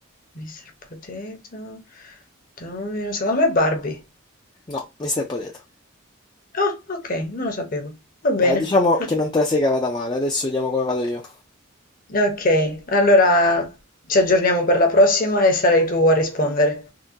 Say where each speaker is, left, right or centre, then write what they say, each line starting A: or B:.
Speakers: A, on the left; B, on the left.
A: Mr. Potato. Domino. Secondo me è Barbie.
B: No, Mr. Potato.
A: Ah, ok, non lo sapevo. Va
B: Dai,
A: bene.
B: diciamo
A: <laughs>
B: che non te la sei cavata male, adesso vediamo come vado io.
A: Ok, allora ci aggiorniamo per la prossima e sarai tu a rispondere.